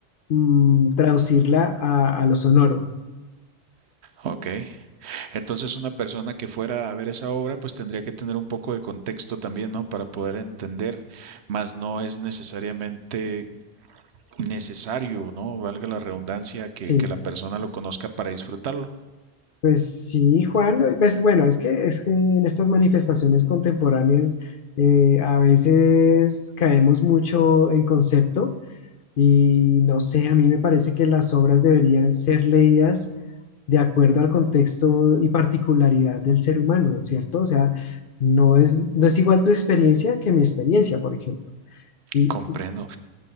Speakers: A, on the left (about 60°); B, on the right (about 80°).
A: mm, traducirla a, a lo sonoro.
B: Ok. Entonces, una persona que fuera a ver esa obra, pues tendría que tener un poco de contexto también, ¿no? Para poder entender, más no es necesariamente necesario, ¿no? Valga la redundancia, que,
A: Sí,
B: que la persona lo conozca para disfrutarlo.
A: pues sí, Juan, pues bueno, es que, es que en estas manifestaciones contemporáneas eh, a veces caemos mucho en concepto y no sé, a mí me parece que las obras deberían ser leídas de acuerdo al contexto y particularidad del ser humano, ¿cierto? O sea, no es, no es igual tu experiencia que mi experiencia, por ejemplo. Y,
B: Comprendo.
A: y-